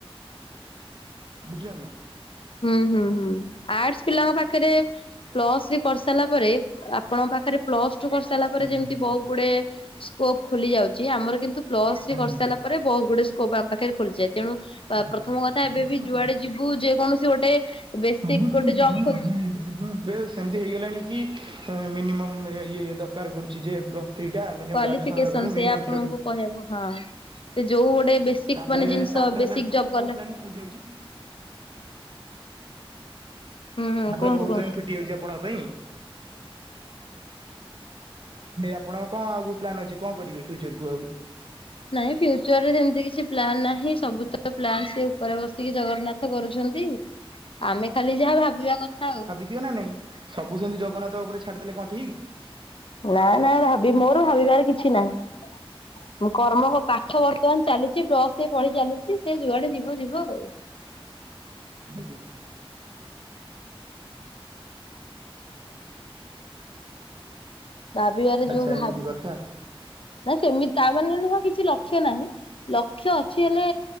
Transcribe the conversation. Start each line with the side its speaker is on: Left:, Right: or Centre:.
Right: ବୁଝିଲନା।
Left: ହୁଁ ହୁଁ ହୁଁ ଆର୍ଟସ୍ ପିଲାଙ୍କ ପାଖରେ ପ୍ଲସ ଥ୍ରି କରିସାରିଲା ପରେ ଆପଣଙ୍କ ପାଖରେ ପ୍ଲସ ଟୁ କରିସା ତାଲା ପରେ
Right: ଆଜ୍ଞା
Left: ଯେମିତି ବୋହୁତ ଗୁଡେ ସ୍କୋପ ଖୋଲି ଯାଉଚି ଆମର କିନ୍ତୁ ପ୍ଲସ ଥ୍ରି
Right: ଆଜ୍ଞା
Left: କରିସାଲା ପରେ ଉପ ପରେ ବୋହୁତ ଗୁଡେ ସ୍କୋପ ଆମ ପାଖରେ ଖୋଲିଯାଏ ତେଣୁ
Right: ଆଜ୍ଞା
Left: ପ୍ରଥମ କଥା
Right: ସେଇଟା
Left: ଏବେ
Right: ତ
Left: ବି
Right: କଥା
Left: ଯୁଆଡେ ଯିବୁ ଯେକୌଣସି ଗୋଟେ ବେସିକ
Right: ସବୁ ଷ୍ଟିମ୍
Left: ଗୋଟେ
Right: ଖୋଲି
Left: ଜବ
Right: ଯିବ <unintelligible>
Left: ଖୋ
Right: ନା ଆମେ ଏବଂ ବେ ସେମିତି ହେଇଗଲାଣି କି ମିନିମମ୍ ଇଏ ଦରକାର କରୁଚି ଯେ ଥ୍ରୀ ଟା ମିନିମମ୍
Left: କ୍ୱାଲିଫିକେସନ
Right: ଗ୍ରାଜୁଏସନ୍ ଦରକାର
Left: ସେଇଆ
Right: ମିନିମମ୍
Left: ଆପଣଙ୍କୁ
Right: ଷ୍ଟଡି
Left: କହିବାକୁ ହଁ ସେ ଯୋଉ ଗୋଟେ ବେସିକ
Right: ତାପରେ
Left: ମାନେ ଜିନିଷ
Right: ତାପରେ
Left: ବେସିକ
Right: ହେଲାଠୁ
Left: ଜବ ଗଲା
Right: <unintelligible>
Left: ହୁଁ ହୁଁ
Right: ତାପରେ
Left: କୁହନ୍ତୁ
Right: ବୋହୁତ
Left: କୁହନ୍ତୁ
Right: ଲାଇନ୍ ଫିଟି ଯାଉଚି ଆପଣଙ୍କ ପାଇଁ। ଆପଣ କଣ ଆଗକୁ ପ୍ଲାନ୍ ଅଛି କଣ କରିବେ ଫ୍ୟୁଚର କୁ ଆଉ।
Left: ନାଇଁ ଫ୍ୟୁଚରରେ ସେମିତି କିଛି ପ୍ଲନ୍ ନାହିଁ ସବୁ ତ ପ୍ଲାନ୍ ସେ ଉପରେ ବସିକି ଜଗନ୍ନାଥ କରୁଚନ୍ତି। ଆମେ ଖାଲି ଯାହା ଭାବିବା କଥା ଆଉ।
Right: ଦିଅ ନା ନାଇଁ ସବୁ ସେମିତି ଜଗନ୍ନାଥ ଉପରେ ଛାଡିଦଲେ କଣ ଠିକ?
Left: ନା ନା ଭାବି ମୋର ଭାବିବାରେ କିଛି ନାହିଁ ମୁଁ କର୍ମ ପାଠ ବ ବର୍ତମାନ ଚାଲିଚି ପ୍ଲସ ଥ୍ରି ପଢି ଚାଲିଚି ସେ ଯୁଆଡେ ଯିବ ଯିବ ଆଉ।
Right: ଆଜ୍ଞା।
Left: ଭାବିବାରେ
Right: ଆଚ୍ଛା
Left: ଯୋଉ ଭାବ
Right: ଏମିତି କଥା
Left: ନା ସେମିତି ତା ମାନେ ନୁହଁ କିଛି ଲକ୍ଷ୍ୟ ନାହିଁ ଲକ୍ଷ୍ୟ ଅଛି ହେଲେ